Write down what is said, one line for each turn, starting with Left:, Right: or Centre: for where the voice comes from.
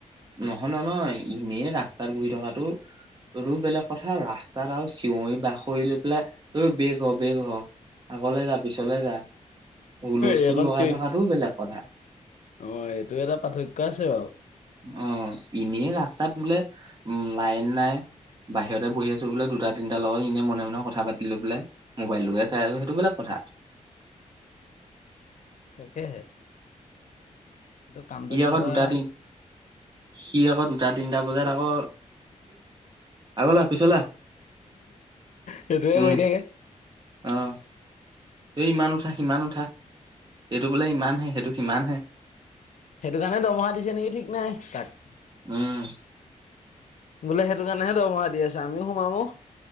Right: নহলে ন ই ইনে ৰাস্তাত ঘূৰি থকাতটো ৰৌ বেলেগ কথা ৰাস্তাত আৰু চিঞৰি বাখৰি লৈ পেলাই ৰ বেগ হ বেগ হ আগলে যা পিছলে যা হুলস্থুল
Left: এইকণ
Right: লগাই
Left: চিল
Right: থকাতটোও বেলেগ কথা
Left: অ এইটো এটা পাৰ্থক্য আছে বাৰু
Right: অ', এনেই ৰাস্তাত বোলে উম লাইন নাই বাহিৰতে বহি আছো বোলে দুটা তিনিটা লগত এনে মনে মনে কথা পাতি লৈ পেলাই মোবাইলটোকে চাই আছো সেইটো বেলেগ কথা।
Left: তাকেহে এইটো কামটো
Right: সি
Left: কেনেকুৱা
Right: আকৌ দুটা দিন সি আকৌ দুটা দুটা তিনটা বজাত আকৌ আগলে আহ পিছলে আহ
Left: সেইটোৱে
Right: উম
Left: কৰি থাকে
Right: অ' এই ইমান উঠা সিমান উঠা এইটো বোলে ইমান হে সেইটো সিমানহে
Left: সেইটো কাৰণে দৰমহা দিছে নেকি ঠিক নাই তাক
Right: উম।
Left: বোলে সেইটো কাৰণেহে দৰমহা দি আছে আমিও সোমাম অ'